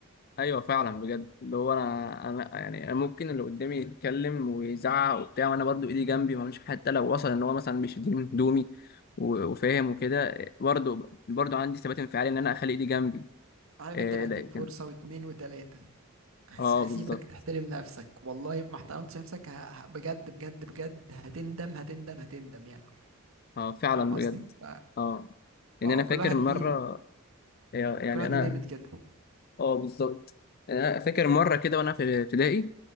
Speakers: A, on the left; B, on the right.
A: ايوه فعلا بجد اللي هو انا انا يعني انا ممكن اللي قدامي يتكلم ويزعق وبتاع وانا برضو ايدي جنبي ما مش حتى لو وصل ان هو مثلا بيشدني من هدومي و- وفاهم وكده برضو برضو عندي ثبات انفعالي ان انا اخلي ايدي جنبي
B: عارف
A: إيه،
B: انت انا
A: لكن
B: هديك فرصة واتنين وتلاتة هس-
A: اه
B: هسيبك
A: بالظبط
B: تحترم نفسك والله ما احترمتش نفسك ه... ه- بجد بجد بجد هتندم هتندم هتندم يعني
A: اه فعلا
B: فاهم
A: بجد
B: قصدي؟ ف...
A: اه يعني
B: اه
A: انا فاكر
B: كل واحد
A: مره
B: ليه
A: يعني
B: كل واحد
A: انا
B: ليه ليميت كده
A: اه بالظبط يعني انا فاكر مره كده وانا في ابتدائي